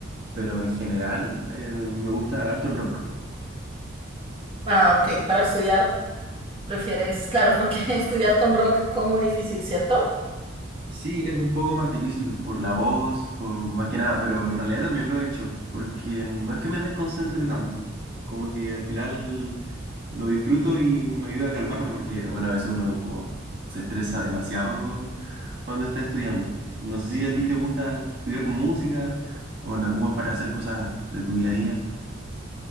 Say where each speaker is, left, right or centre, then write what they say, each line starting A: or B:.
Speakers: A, on the right; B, on the right.
A: Pero en general eh, me gusta harto el rock.
B: Ah, ok, para estudiar prefieres, claro, porque <laughs> estudiar con rock como difícil, ¿cierto?
A: Sí, es un poco más difícil por la voz, por más que nada, pero en realidad también lo he hecho, porque no es que me desconcentre tanto. Como que al final lo disfruto y me ayuda a calmarme porque, bueno, a veces uno como se estresa demasiado cuando está estudiando. No sé si a ti te gusta estudiar con música o la ocupas para hacer cosas de tu día a día.